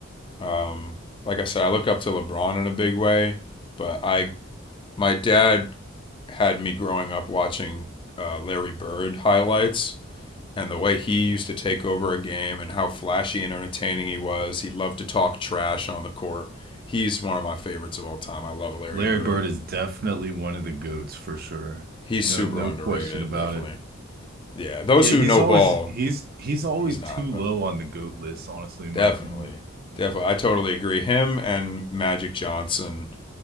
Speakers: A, on the left; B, on the right.
A: Um, like I said, I look up to LeBron in a big way, but I my dad had me growing up watching uh, Larry Bird highlights and the way he used to take over a game and how flashy and entertaining he was. He loved to talk trash on the court. He's one of my favorites of all time. I love Larry
B: Larry
A: Bird.
B: Bird is definitely one of the goats for sure.
A: He's
B: No,
A: super
B: no
A: underrated,
B: question about
A: definitely.
B: it.
A: Yeah, those
B: Yeah,
A: who
B: he's
A: know
B: always
A: ball
B: he's he's always
A: he's not,
B: too
A: but
B: low on the GOAT list, honestly, in
A: definitely,
B: my opinion.
A: definitely, I totally agree. Him and Magic Johnson